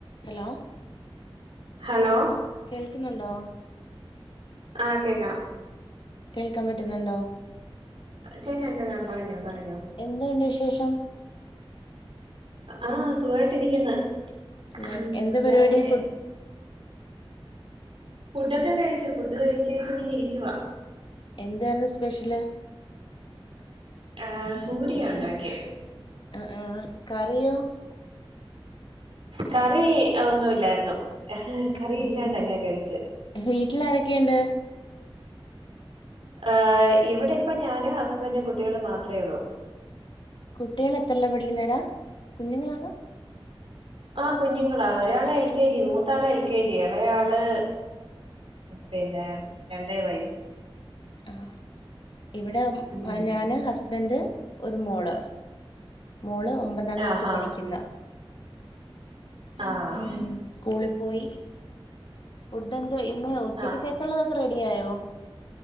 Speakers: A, on the left; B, on the right.
A: ഹലോ
B: ഹലോ
A: കേൾക്കുന്നുണ്ടോ
B: ആഹ് കേക്കാം
A: കേൾക്കാൻ പറ്റുന്നുണ്ടോ?
B: കേക്കാം കേക്കാം പറഞ്ഞോ പറഞ്ഞോ
A: എന്തുണ്ട് വിശേഷം?
B: ആഹ് സുഖായിട്ടിരിക്കുന്ന്
A: സുഖായി
B: ഉം
A: എന്ത പരിപാടി
B: രാവിലെ
A: ഫുഡ്
B: ഫുഡോക്കെ കഴിച്ചു ഫുഡ് കഴിച്ചേച്ചെങ്ങിനിരിക്കുവാ
A: എന്താർന്നു സ്പെഷ്യല്
B: ആഹ് പൂരിയാ ഉണ്ടാക്കിയ
A: ആഹ് ആഹ് കറിയോ
B: കറി ഒന്നുല്ലായിരുന്നു കറി
A: ഉം
B: ഇല്ലാണ്ടങ്ങെ കഴിച്ച്
A: വീട്ടിൽ ആരൊക്കെയുണ്ട്
B: ഏഹ് ഇവിടെ ഇപ്പ ഞാനും ഹസ്ബൻറും കുട്ടികളും മാത്രേ ഉള്ളൂ
A: കുട്ടികളത്രലാ പഠിക്കുന്നേടാ കുഞ്ഞുങ്ങളാ
B: ആഹ് കുഞ്ഞുങ്ങളാ ഒരാള് എൽ കെ ജി മൂത്താള് എൽ കെ ജി ഇളയാള് പിന്നെ രണ്ടര വയസ്സ്
A: ആഹ് ഇവിടെ
B: ഉം
A: ഞാന് ഹസ്ബൻറ് ഒരു മോള് മോള് ഒമ്പതാം ക്ലാസി
B: ആഹാ
A: പഠിക്കുന്ന
B: ആഹ്
A: ഉം സ്കൂളി പോയി ഫുഡ് എന്തോ ഇന്ന് ഉച്ചക്കത്തേക്കുള്ളതൊക്കെ
B: ആഹ്
A: റെഡിയായോ